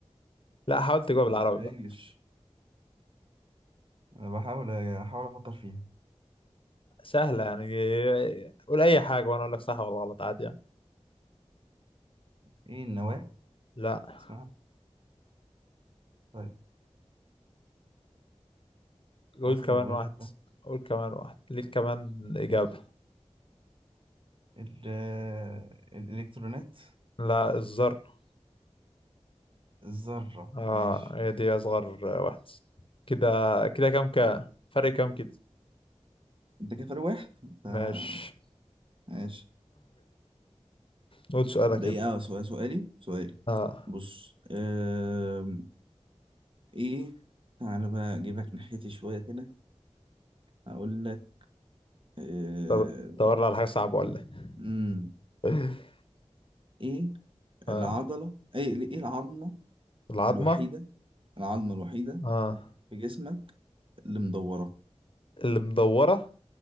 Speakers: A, on the left (about 50°); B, on the right (about 50°).
A: لا حاولت تجاوب بالعربي
B: بالإنجلش
A: بقى
B: أنا بحاول أحاول أفكر فيها
A: سهله يعني آه، قول اي حاجه وانا اقول لك صح ولا غلط عادي يعني
B: إيه النواة
A: لا
B: اسمها طيب
A: قول
B: أصغر
A: كمان
B: واحدة
A: واحد قول كمان واحد ليك كمان اجابه
B: ال آه، الإلكترونات
A: لا الذره
B: الذرة
A: اه
B: ماشي
A: هي دي اصغر واحدة كده كده كام كا فرق كام كده
B: أنت كده فارق واحد آه،
A: ماشي
B: ماشي
A: قول سؤالك
B: دقيقة
A: يلا
B: سؤال سؤالي سؤالي
A: اه
B: بص آم، إيه تعالى بقى أجيبك ناحيتي شوية كده هقول لك آه،
A: طب دور على حاجة صعبة ولا ايه
B: مم،
A: <laughs>
B: إيه
A: اه
B: العضلة إيه إيه العظمة
A: العظمة
B: الوحيدة العظمة الوحيدة
A: اه
B: في جسمك اللي مدورة
A: اللي مدورة